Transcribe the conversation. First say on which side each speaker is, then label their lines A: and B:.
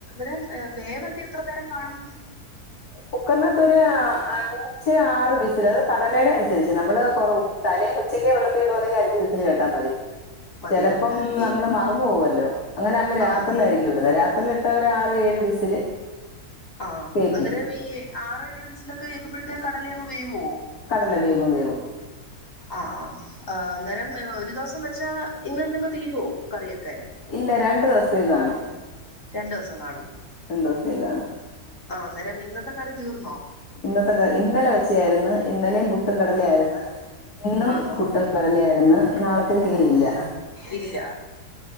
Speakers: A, on the left; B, on the left.
A: അന്നേരം വേവൊക്കെ എത്ര നേരം കാണും
B: കുക്കറിനത്തൊര് ആ അൻ ഞ്ച ആറ് വിസിൽ അത് കടലയുടെ അനുസരിച്ച് നമ്മള് തലേ ഉച്ചക്കേ വെള്ളത്തി ഇടുവാന്നെങ്കിൽ അഞ്ച് വിസില് മതി
A: മതിയോ
B: ചെലപ്പം നമ്മള്
A: ഈ
B: മറന്ന് പോകല്ലോ അങ്ങനെ ആവുമ്പോ
A: ആ
B: രാത്രി ആയിരിക്കും ഇടുന്നത് രാത്രി ഇട്ട ഒര് ആറ് ഏഴ് വിസില്
A: ആഹ്
B: വേവിപ്പിക്കും
A: അന്ന് ഏ ആറ് ഏഴ് വിസിലൊക്കെ കേക്കുമ്പോത്തേനും കടല അങ്ങ് വേവോ
B: കടല വേവും വേവും
A: ആ ആ അനേരം ഒര്ദിവസം വെച്ചാ ഇന്ന് തന്നെങ്ങ് തീരുവോ കറിയൊക്കെ
B: ഇല്ല രണ്ട് ദിവസത്തേക്ക് കാണും
A: രണ്ടു ദിവസം കാണും
B: രണ്ടു ദിവസത്തേക്ക് കാണും
A: ആന്നേരം ഇന്നത്തെ കറി തീർ
B: ഇന്നത്തെ ഇന്നലെ വെച്ച ആയിര്ന്ന് ഇന്നലേം പുട്ടും കടലേം ആയിര്ന്ന് ഇന്നും
A: ആന്നോ
B: പുട്ടും കടലേം ആയിര്ന്ന് നാളത്തേക്കിനിയില്ല
A: ഇല്ല